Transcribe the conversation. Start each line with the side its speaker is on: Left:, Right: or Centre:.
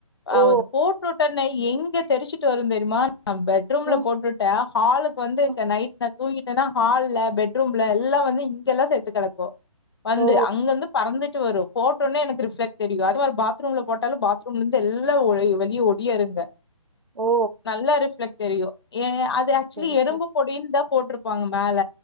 Right: ஓ
Left: அது போட்டுட்டனே எங்க தெரிச்சுட்டு வரு தெரியுமா பெட்ரூம்ல
Right: ம்
Left: போட்டுட் ஹாலுக்கு வந்து
Right: ம்
Left: நைட் நா தூங்கிட்டன்னா ஹால்ல பெட்ரூம்ல எல்லா வந்து இங்கெல்லா செத்து கிடக்கு வந்து
Right: ஓ
Left: அங்கந்து பறந்துட்டு வரு போட்டோனே எனக்கு ரிஃப்ளேக் தெரியு அதே மாதிரி பாத்ரூம்ல போட்டாலு இருந்து எல்லா ஒலிய வெளிய ஓடி உள்ளே இருங்க
Right: ஓ
Left: நல்லா ரிஃப்ளெக்ட் தெரியு ஏ அது ஆக்சோலி
Right: சரி
Left: எறும்பு
Right: சரி
Left: பொடின்னுத போட்டிருப்பாங்க மேல